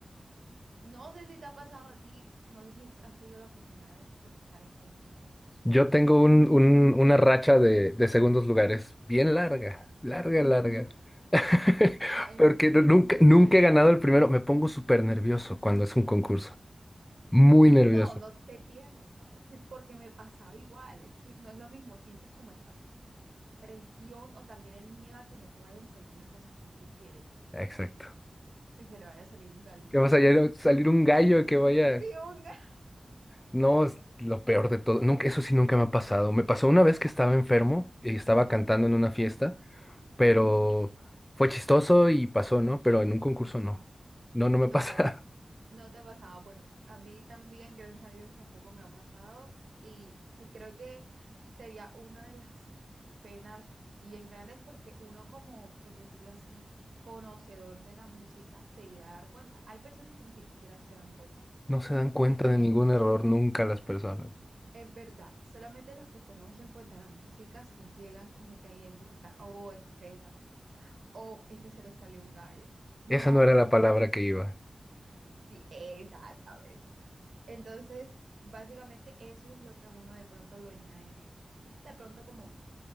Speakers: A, on the right (about 80°); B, on the left (about 15°).
A: No sé si te ha pasado a ti, no sé si est- has tenido la oportunidad de, de estar en concursos, no sé.
B: Yo tengo un, un- una racha de, de segundos lugares bien larga,
A: Wow,
B: larga, larga. <laughs>
A: en
B: Porque
A: qué
B: no- nunca,
A: serio.
B: nunca he ganado el primero. Me pongo súper nervioso cuando es un concurso. Muy
A: Sí,
B: nervioso.
A: no, no te entiendo, ¿sabes? Me- Porque me pasaba igual, es que no es lo mismo, sientes como esa presión o también el miedo a que no te vayan a salir las cosas como tú quieres,
B: Exacto.
A: que se le vaya a salir un galillo,
B: Que va a
A: no
B: salir,
A: sé.
B: salir un gallo que vaya.
A: Sí, un galillo.
B: No, es lo peor de todo. Nunca, eso sí nunca me ha pasado. Me pasó una vez que estaba enfermo y estaba cantando en una fiesta, pero
A: <laughs>
B: fue chistoso y pasó, ¿no? Pero en un concurso
A: Sí.
B: no. No, no me
A: No,
B: pasa. <laughs>
A: No te ha pasado. Bueno, a mí también, gracias a Dios, tampoco me ha pasado. Y sí creo que sería una de las penas bien grandes porque uno como, por decirlo así, conocedor de la música, se llega a dar cuenta. Hay personas que ni siquiera se dan cuenta.
B: No se dan cuenta
A: O sea,
B: de ningún
A: e- e,
B: error nunca las personas.
A: es, verdad, solamente los que conocen pues de la música si llegan como que a identificar, oh, este se desafinó, oh, este se le salió un gallo. No,
B: Esa no era la
A: esta
B: palabra
A: parte.
B: que iba.
A: Sí, exactamente. Entonces, básicamente eso es lo que uno de pronto lo llena de nervios. De pronto como